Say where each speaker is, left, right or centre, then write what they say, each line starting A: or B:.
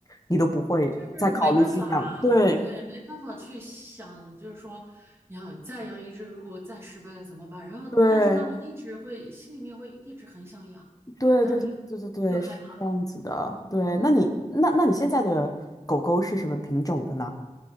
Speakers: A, on the left; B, on the right.
A: 你都不会再考虑去养，
B: 就是没办法，
A: 对
B: 对，没办法去想，就是说养再养一只，如果再失败了怎么办？然后，
A: 对。
B: 但是呢，我一直会心里面会一直很想养，
A: 对对对对对对，
B: 但是又又害怕。
A: 是这样子的。对，那你那那你现在的狗狗是什么品种的呢？